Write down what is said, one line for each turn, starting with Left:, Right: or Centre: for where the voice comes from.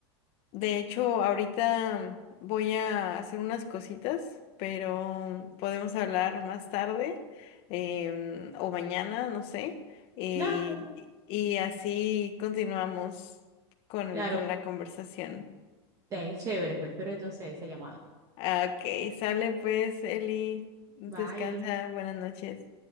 Left: De hecho, ahorita voy a hacer unas cositas, pero podemos hablar más tarde em, o mañana, no sé. Y,
Right: claro,
Left: y así continuamos con,
Right: claro.
Left: con la conversación.
Right: eh, chévere, pues. Pero entonces esa llamada.
Left: Ah, Ok, sale pues, Eli. Descansa,
Right: Bye.
Left: buenas noches.